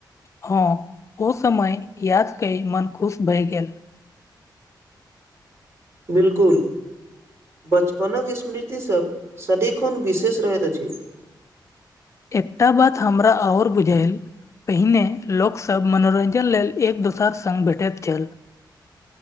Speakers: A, on the left; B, on the right.
A: हँ ओ समय याद क मन खुश भए गेल
B: बिलकुल बचपनक स्मृतिसभ सदिखन विशेष रहैत अछि
A: एकटा बात हमरा ओर बुझायल पहिने लोकसभ मनोरञ्जन लेल एक दोसर सङ्ग भेटैत छल